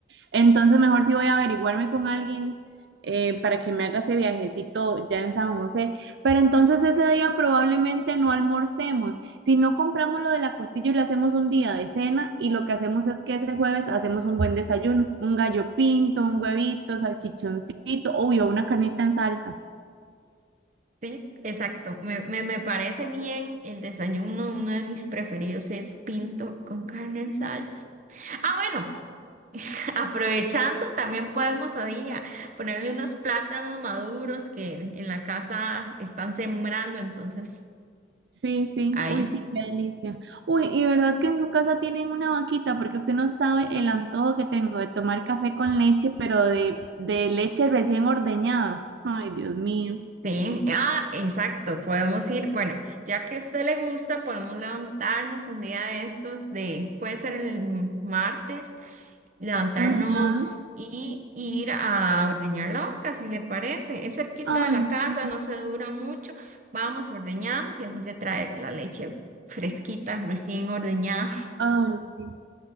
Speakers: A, on the right (about 75°); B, on the right (about 45°).
A: entonces mejor sí voy a averiguarme con alguien eh, para que me haga ese viajecito ya en San José. Pero entonces ese día probablemente no almorcemos, si no compramos lo de la costilla y le hacemos un día de cena y lo que hacemos es que ese jueves hacemos un buen desayuno, un gallo pinto, un huevito, salchichoncito, uy, o una carnita en salsa.
B: Sí, exacto. Me, me, me parece bien el desayuno. Uno de mis preferidos es pinto con carne en salsa. Ah, bueno, <laughs> aprovechando, también podemos ahí a día ponerle unos plátanos maduros que en la casa están sembrando. Entonces,
A: Sí, sí.
B: ahí.
A: Uy, sí, qué delicia. Uy, y verdad que en su casa tienen una vaquita, porque usted no sabe el antojo que tengo de tomar café con leche, pero de, de leche recién ordeñada. Ay, Dios mío.
B: Sí, ah, exacto. Podemos ir, bueno, ya que a usted le gusta, podemos levantarnos un día de estos de, puede ser el martes. levantarnos
A: Ajá.
B: y ir a ordeñar la vaca, si le parece. Es cerquita
A: Ay,
B: de la casa,
A: sí.
B: no se dura mucho. Vamos, ordeñamos y así se trae la leche fresquita, recién ordeñada. <laughs>
A: Ay, sí.